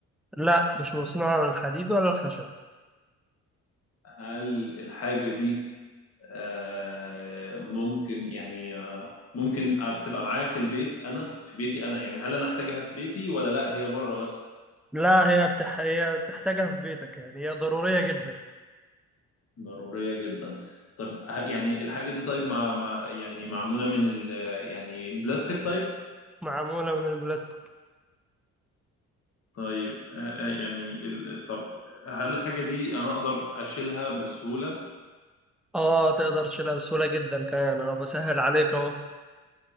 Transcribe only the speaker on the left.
هل الحاجة دي آه، ممكن يعني آه، ممكن آه، بتبقى معايا في البيت أنا في بيتي أنا يعني هل أنا أحتاجها في بيتي ولا لا هي بره بس
ضرورية جدا طب ه- يعني الحاجة دي طيب مع, مع يعني معمولة من ال يعني بلاستيك طيب
طيب آه، آه، يعني ال طب هل الحاجة دي أنا أقدر أشيلها بسهولة